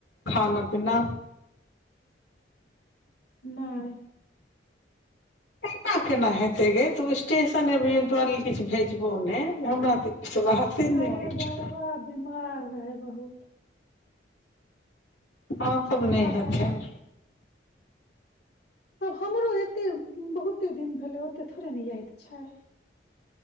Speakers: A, on the left; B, on the left.
A: खाना पीना
B: नहि
A: एना केना हेतै गै तू स्टेशन एबहि हम तोरा लेल किछु भेजबौ नै हमरा तऽ विश्वासे नहि
B: अरे
A: होइ
B: बौआ
A: छौ
B: बीमार रहै बहुत
A: माँ सब
B: बौआ
A: नहि हेथिन
B: से तब हमरो एतेक बहुते दिन भेलै ओतेक थोड़े ने याद छै